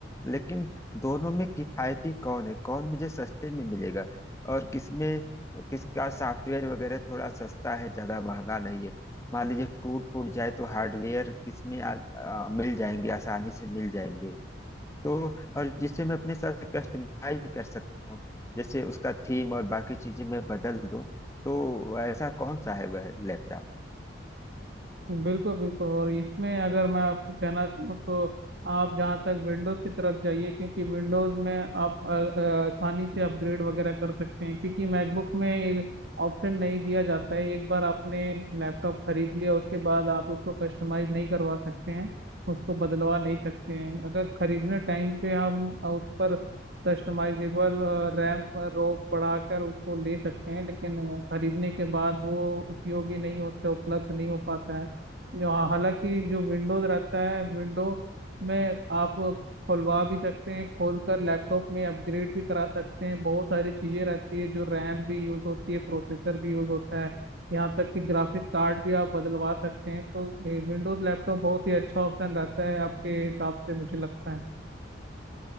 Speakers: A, on the left; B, on the right.
A: लेकिन दोनों में किफायती कौन है कौन मुझे सस्ते में मिलेगा और किसमें किसका सॉफ्टवेयर वगैरह थोड़ा सस्ता है ज्यादा महंगा नहीं है मान लीजिए टूट फूट जाए तो हार्डवेयर किसमें आ, आ, मिल जाएंगे आसानी से मिल जाएंगे तो और जिससे मैं अपने साथ कस्टमाइज भी कर सकता हूँ जैसे उसका थीम और बाकी चीजें मैं बदल दूँ तो ऐसा कौन सा है वह लैपटॉप
B: बिल्कुल बिल्कुल और इसमें अगर मैं आपको कहना चाहूँ तो आप जहाँ तक विंडोज़ की तरफ जाइए क्योंकि विंडोज़ में आप अ, अ, आसानी से अपग्रेड वगैरह कर सकते हैं क्योंकि मैकबुक में ऑप्शन नहीं दिया जाता है एक बार आपने लैपटॉप खरीद लिया उसके बाद आप उसको कस्टमाइज नहीं करवा सकते हैं उसको बदलवा नहीं सकते हैं अगर खरीदने टाइम पे हम उस पर कस्टमाइजेबल रैम रोम बढ़ाकर उसको ले सकते हैं लेकिन खरीदने के बाद वो उपयोगी नहीं होता उपलब्ध नहीं हो पाता है जो हाँ हालांकि जो विंडोज रहता है विंडो में आप खुलवा भी सकते हैं खोलकर लैपटॉप में अपग्रेड भी करा सकते हैं बहुत सारी चीजें रहती है जो रैम भी यूज होती है प्रोसेसर भी यूज होता है यहाँ तक कि ग्राफिक कार्ड भी आप बदलवा सकते हैं तो विंडोज लैपटॉप बहुत ही अच्छा ऑप्शन रहता है आपके हिसाब से मुझे लगता है